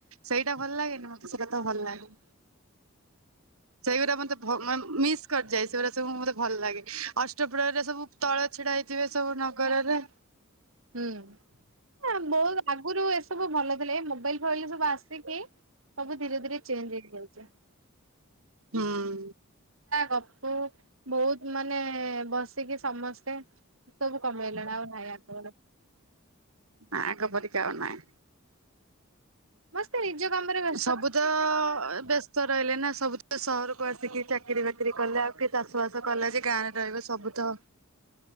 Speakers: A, on the right (about 85°); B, on the right (about 65°).
A: ସେଇଟା ଭଲ ଲାଗେ ମତେ ସେ କଥା ଭଲ ଲାଗେ। ସେଇଗୁରା ମତେ ଭ ମା ମିସ୍ କରିଯାଏ ସେଗୁଡା ସବୁ ମତେ ଭଲ ଲାଗେ ଅଷ୍ଟପହରିରେ ସବୁ ତଳେ ଛିଡା ହେଇଥିବେ ସବୁ ନଗରରେ।
B: ହୁଁ ବହୁତ ଆଗରୁ ଏସବୁ ଭଲଥିଲେ ମୋବାଇଲ ଫବଲ ସବୁ ଆସିକି ମୁଁ ବି ଧୀରେ ଧୀରେ ଚେଞ୍ଜ ହେଇଚି।
A: ହୁଁ।
B: ଗପୁ ବହୁତ ମାନେ ବସିକି ସମସ୍ତେ ସବୁ କମେ଼ଇ ଆ <unintelligible>
A: ମା ଙ୍କ ପରିକା ଅନାଏ
B: ମସ୍ତେ ନିଜ କାମରେ ବ୍ଯ
A: ସବୁ ତ ବେ ରହିଲେ ନା ସବୁ ସହରକୁ ଆସିକି ଚାକିରି ବାକିରି କଲେ ଆଉ କିଏ ଚାଷ ବାସ କଲା ଯେ ଗାଁରେ ରହିବେ ସବୁ ତ